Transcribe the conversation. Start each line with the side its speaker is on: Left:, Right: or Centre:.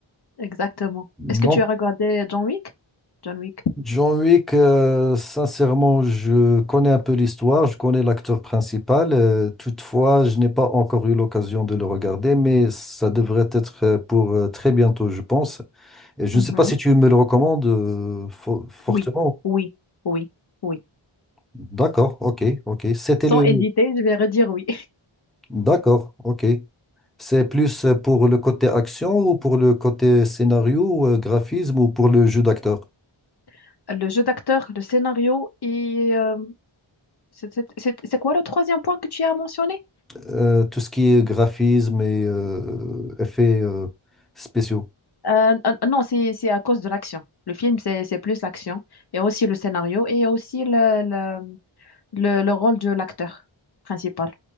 Left: Exactement.
Centre: Donc,
Left: Est-ce que tu as regardé John Wick? John Wick.
Centre: John Wick, euh, sincèrement, je connais un peu l'histoire, je connais l'acteur principal. euh, toutefois, je n'ai pas encore eu l'occasion de le regarder, mais ça devrait être euh, pour euh, très bientôt, je pense. Et je
Left: Mhm.
Centre: ne sais pas si tu me le recommandes euh, fo- fortement.
Left: Oui, oui, oui, oui.
Centre: D'accord, ok, ok. C'était
Left: Sans
Centre: le...
Left: hésiter, je vais redire oui.
Centre: D'accord, ok. C'est plus euh, pour le côté action ou pour le côté scénario, euh, graphisme ou pour le jeu d'acteur?
Left: <laughs> Le jeu d'acteur, le scénario et... euh, c'est c'est- c'est- c'est quoi le troisième point que tu as mentionné?
Centre: Euh, tout ce qui est graphisme et euh, effets euh, spéciaux.
Left: Euh, euh, non, c'est c'est à cause de l'action. Le film, c'est c'est plus l'action. Il y a aussi le scénario et il y a aussi le, le, le, le rôle de l'acteur principal.